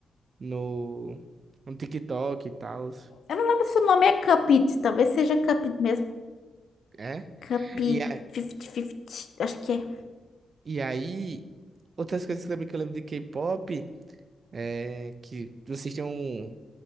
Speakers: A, on the right (about 40°); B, on the left (about 55°).
A: no, no TikTok e tal.
B: Eu não lembro se o nome é Cupid. Talvez seja Cupid mesmo.
A: É?
B: Cupid
A: E, a,
B: 50-50. Acho que é.
A: e aí, outras coisas que eu lembro que eu lembro de K-pop é que vocês têm um.